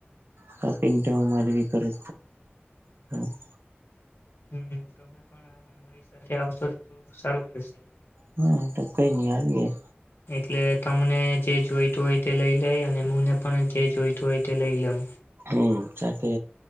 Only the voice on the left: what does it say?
હમ તમે પણ અમારી સાથે આવશો તો થોડું સારું પડશે.
એટલે તમને જે જોઈતું હોય તે લઈ લઈ અને મને પણ જે જોઈતું હોય તે લઈ લેમ.